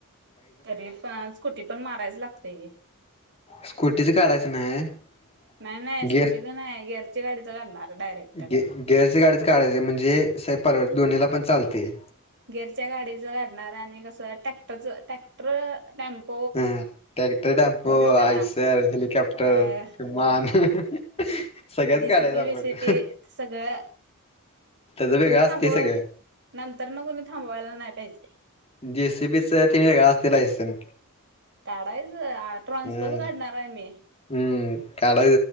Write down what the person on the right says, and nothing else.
तरी पण स्कुटी पण मारायच लागते.
नाही नाही स्कुटीच
नाही गेर च्या गाडीचं काढणार डायरेक्ट.
गिरच्या गाडीचं काढणार आणि कसं टॅक्टरच टॅक्टर टम्प
त्याला
अ
जेसीबी
वेसिपी
सगळं
कुणी थांब
नंतर कोणी थांबवायला नाही पाहिजे.
काढायचं ट्रान्सपच
काढणार आहे मी.